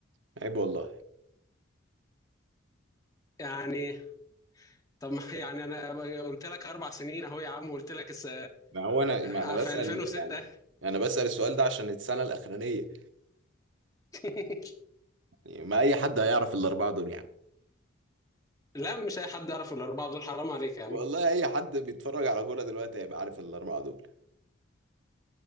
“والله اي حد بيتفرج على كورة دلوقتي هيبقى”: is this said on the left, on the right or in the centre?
Right